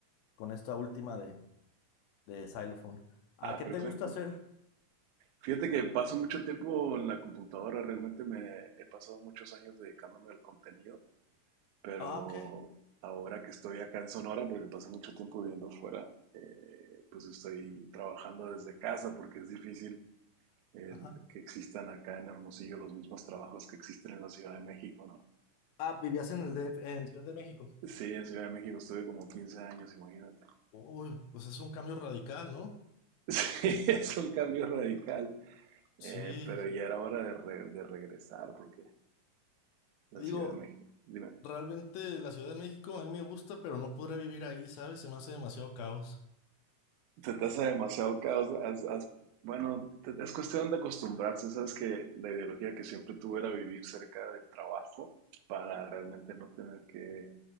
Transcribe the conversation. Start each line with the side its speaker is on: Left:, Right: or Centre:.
Left: con esta última de, de Xylophone. ¿A
Right: Ah,
Left: qué
Right: perfecto.
Left: te gusta hacer?
Right: Fíjate que paso mucho tiempo en la computadora, realmente me he pasado muchos años dedicándome al contenido, pero
Left: Ah, ok.
Right: ahora que estoy acá en Sonora, porque pasé mucho tiempo viviendo fuera, eh, pues estoy trabajando desde casa porque es difícil el
Left: Ajá.
Right: que existan acá en Hermosillo los mismos trabajos que existen en la Ciudad de México, ¿no?
Left: Ah, vivías en el DF, en Ciudad de México.
Right: Sí, en Ciudad de México estuve como 15 años, imagínate. <laughs>
Left: Uy, pues es un cambio radical, ¿no?
Right: Sí, es un cambio radical, eh,
Left: Sí.
Right: pero ya era hora de, re- de regresar porque la
Left: Digo,
Right: Ciudad de México, dime,
Left: realmente la Ciudad de México a mí me gusta, pero no podría vivir ahí, ¿sabes? Se me hace demasiado caos.
Right: te tasa demasiado caos, haz- haz- bueno, te- es cuestión de acostumbrarse, sabes que la ideología que siempre tuve era vivir cerca del trabajo para realmente no tener que